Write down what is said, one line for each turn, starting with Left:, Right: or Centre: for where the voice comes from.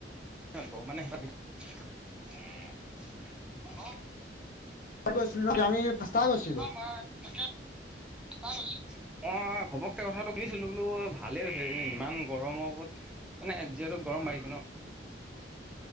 Centre: <unintelligible>
Left: গৈছিলো। <unintelligible> আমি পাঁচটা গৈছিলো।
Centre: <unintelligible> তাকে <unintelligible> মই ঘপককে কথাটো শুনিছিলোঁ। বোলো ভালে হৈছে ইমান গৰম ওপত মানে যিহেতু গৰম বাঢ়িছে ন।